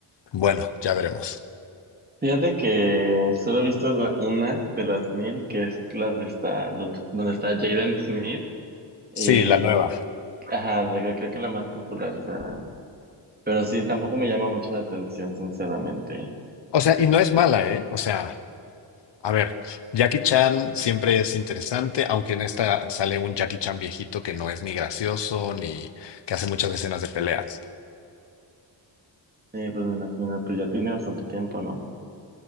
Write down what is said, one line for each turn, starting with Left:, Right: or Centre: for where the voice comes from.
Left: bueno, ya veremos.
Right: Fíjate que solo he visto la- una de las mil, que es la de esta, donde está Jaden Smith. Y,
Left: Sí, la nueva.
Right: ajá, la que- creo que la más popular. o sea, pero sí, tampoco me llama mucho la atención, sinceramente.
Left: O sea, y no es mala, ¿eh? O sea... A ver, Jackie Chan siempre es interesante, aunque en esta sale un Jackie Chan viejito que no es ni gracioso ni que hace muchas escenas de peleas.
Right: Sí, pues me imagino, pues ya tiene bastante tiempo, ¿no?